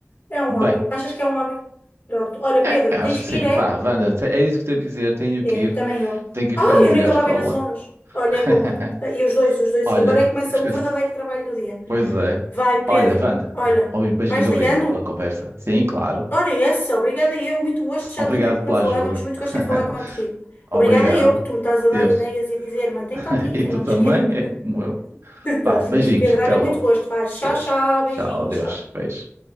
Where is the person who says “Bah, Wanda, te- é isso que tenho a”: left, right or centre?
Right